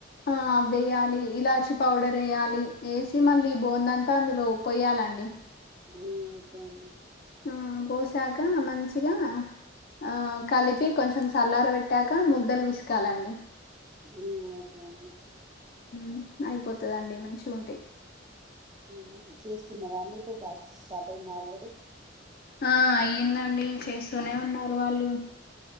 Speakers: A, on the left; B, on the right.
A: ఆ అవ్వెయాలి ఇలాచి పౌడర్ ఎయ్యాలి ఏసి మళ్ళీ బోందంతా అందులో పొయ్యాలండి
B: అ ఓకే అండి
A: ఆ పోసాక మంచిగా ఆ కలిపి కొంచెం సల్లారు పెట్టాక ముద్దలు పిసుకాలండి
B: మ్ ఓకే అండి
A: మ్ అయిపోతదండి మంచిగుంటయి
B: మ్ చేస్తున్నరా అండి ఇప్పుడు ప్రాసెస్ స్టార్ట్ అయిందా ఆల్రెడీ
A: ఆ అయ్యిందండి చేస్తూనే ఉన్నారు వాళ్ళు